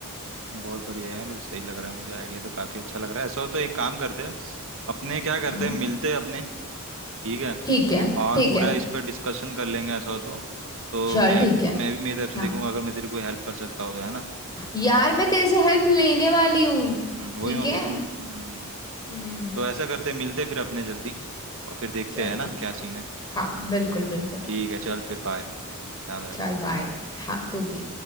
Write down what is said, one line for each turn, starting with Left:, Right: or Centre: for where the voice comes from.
Right: बहुत बढ़िया है यार ये तो सही लग रहा है मुझे आइडिया तो काफी अच्छा लग रहा है ऐसा हो तो एक काम करते हैं अपने क्या करते
Left: हम्म
Right: हैं मिलते हैं अपने ठीक है
Left: ठीक है
Right: और
Left: ठीक
Right: पूरा
Left: है
Right: इस पर डिस्कशन कर लेंगे ऐसा हो तो तो
Left: चल
Right: मैं
Left: ठीक है
Right: मैं भी मेरी तरफ से
Left: हाँ
Right: देखूंगा अगर मैं तेरी कोई हेल्प कर सकता हो तो है ना
Left: यार मैं तेरे से हेल्प लेने वाली हूँ
Right: हम्म वही
Left: ठीक
Right: मैं
Left: है
Right: बोल रहा हूँ ना हम्म
Left: हम्म
Right: तो ऐसा करते हैं मिलते हैं फिर अपने जल्दी और फिर देखते
Left: चल
Right: हैं है ना
Left: ठीक
Right: क्या सीन है
Left: हाँ बिल्कुल बिल्कुल
Right: ठीक है चल फिर बाय ध्यान रख
Left: चल बाय हाँ तू भी